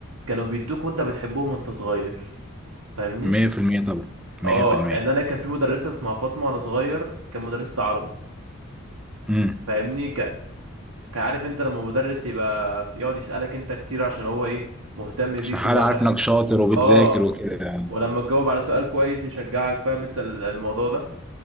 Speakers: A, on the right; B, in the centre.
A: كانوا بيدوك وانت بتحبهم وانت صغير فاهمني
B: 100% طبعا 100%
A: اه يعني انا كان في مدرسة اسمها فاطمة وانا صغير كان مدرسة عربي
B: امم
A: فاهمني ك... كعارف انت لما مدرس يبقى يقعد يسألك انت كتير عشان هو ايه مهتم
B: عشان
A: بيك
B: حد
A: وواحد
B: عارف انك شاطر وبتذاكر
A: اه
B: وكده يعني
A: ولما تجاوب على سؤال كويس يشجعك فاهم انت ال- الموضوع ده